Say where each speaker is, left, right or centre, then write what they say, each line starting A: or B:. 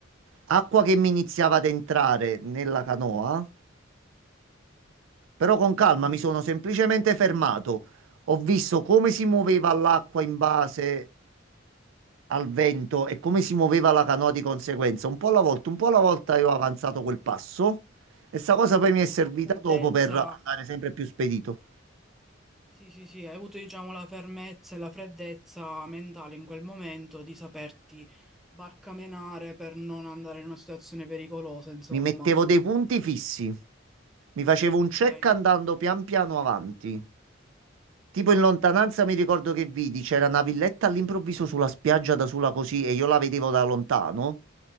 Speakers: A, on the right (about 85°); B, in the centre.
A: acqua che mi iniziava ad entrare nella canoa, però con calma
B: Mamma
A: mi sono
B: mia.
A: semplicemente fermato. Ho visto come
B: Mm.
A: si muoveva l'acqua in base al vento e come si muoveva la canoa di conseguenza, un po' alla volta, un po' alla volta io ho avanzato quel passo e sta cosa poi
B: Che
A: mi
B: ho
A: è
B: avuto
A: servita
B: una freddezza.
A: dopo per andare sempre più spedito.
B: Sì, sì, sì, hai avuto, diciamo, la fermezza e la freddezza mentale in quel momento di saperti barcamenare per non andare in una situazione pericolosa, insomma.
A: Mi mettevo dei punti fissi, mi facevo
B: Ok.
A: un check andando pian piano avanti. Tipo
B: mhm.
A: in lontananza mi ricordo che vidi, c'era una villetta all'improvviso sulla spiaggia da sola così e io la vedevo da lontano.